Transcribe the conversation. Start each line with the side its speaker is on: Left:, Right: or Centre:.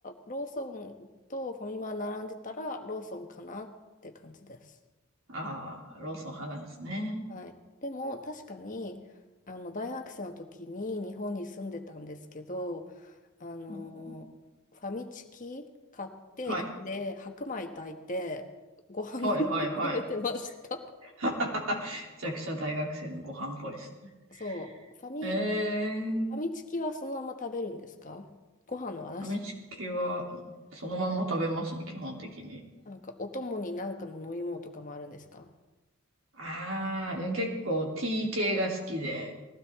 Left: ローソンとファミマ並んでたら、ローソンかなって感じです。
Right: ああ、ローソン派なんですね。
Left: はい。でも、確かに、あの、大学生の時に日本に住んでたんですけど、あの、
Right: うん
Left: ファミチキ買って、
Right: はい。
Left: 家で白米炊いて、ご飯にして食べてました。
Right: はい、はい、はい。<laughs> めちゃくちゃ大学生のご飯っぽいですね。
Left: そう、ファミ、
Right: えー、
Left: ファミチキはそのまま食べるんですかご飯の話。
Right: ファミチキはそのまんま食べますね、基本的に。
Left: なんか、お供になんかの飲み物とかもあるんですか
Right: ああ、でも結構 T 系が好きで、